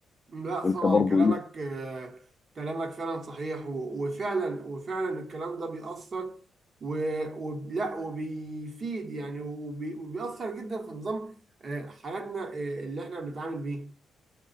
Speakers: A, on the right; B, on the left.
A: لا
B: أنت
A: طبعا
B: برضو
A: كلامك
B: إيه
A: آه، كلامك فعلا صحيح و- وفعلا وفعلا الكلام ده بيأثر و- ولا وبيفيد يعني وبي- وبيأثر جدا في نظام آه، حياتنا آه، اللي احنا بنتعامل بيه